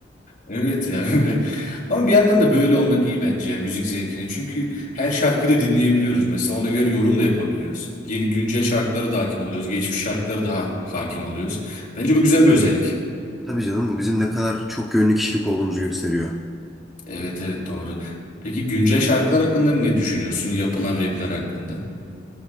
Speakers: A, on the left (about 45°); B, in the centre.
A: Evet ya. <laughs> Ama bir yandan da böyle olmak iyi bence ya müzik zevkini. Çünkü her şarkıyı da dinleyebiliyoruz mesela. Ona göre yorum da yapabiliyoruz. Yeni güncel şarkılara da hakim oluyoruz. Geçmiş şarkılara da hakim oluyoruz. Bence bu güzel bir özellik.
B: Tabii canım bu bizim ne kadar çok yönlü kişilik olduğumuzu gösteriyor.
A: Evet evet doğru. Peki güncel şarkılar hakkında ne düşünüyorsun? Yapılan rapler hakkında?